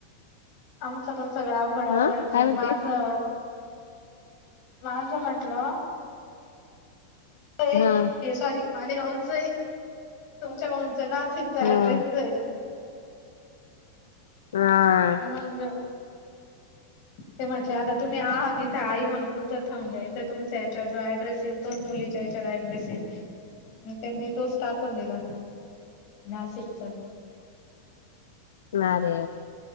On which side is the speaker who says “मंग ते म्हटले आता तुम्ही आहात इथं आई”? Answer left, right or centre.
Left